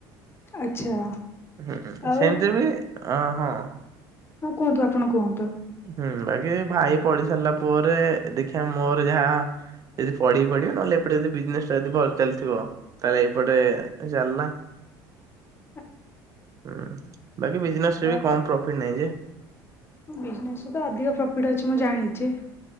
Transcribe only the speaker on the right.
ହୁଁ,
ସେମିତିରେ ବି ଅ, ହଁ।
ହୁଁ, ବାକି ଭାଇ ପଢ଼ି ସାରିଲା ପରେ, ଦେଖିବା ମୋର ଯାହା ସେ ଯଦି ପଢ଼ି ପଢିବ, ନହେଲେ ଏପେଟେ ଯଦି ବିଜନେସ୍ ଟା ଯଦି ଭଲ ଚାଲିଥିବ। ତାହେଲେ ଏପଟେ ଚାଲିଲା।
ଉଁ, ବାକି ବିଜନେସ୍‌
ରେ ବି କମ୍ ପ୍ରଫିଟ ନାହିଁ ଯେ।